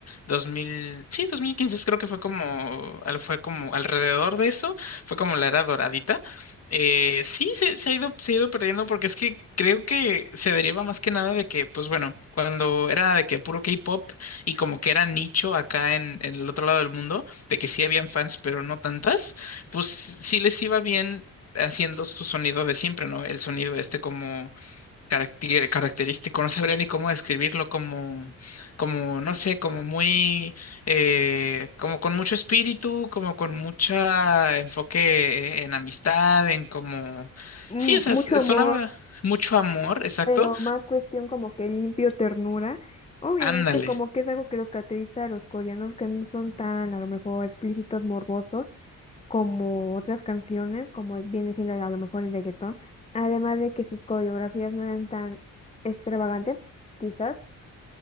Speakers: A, on the left; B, on the left.
A: 2000, sí, 2015 creo que fue como, al- fue como alrededor de eso, fue como la era doradita. Eh, sí, se, se ha ido, se ha ido perdiendo porque es que creo que se deriva más que nada de que, pues bueno, cuando era de que puro K-pop y como que era nicho acá en, en el otro lado del mundo, de que sí habían fans, pero no tantas pues sí les iba bien haciendo su sonido de siempre, ¿no? El sonido este como caracter- característico, no sabría ni cómo describirlo, como, como, no sé, como muy, eh, como con mucho espíritu, como con mucha enfoque en amistad, en como,
B: Mm,
A: sí, o sea,
B: mucho
A: s-
B: amor,
A: sonaba mucho amor, exacto.
B: pero más cuestión como que limpio ternura. Obviamente
A: Ándale,
B: como que es algo que los caracteriza a los coreanos que no son tan a lo mejor explícitos, morbosos como otras canciones, como viene siendo a lo mejor el reggaetón. Además de que sus coreografías no eran tan extravagantes, quizás,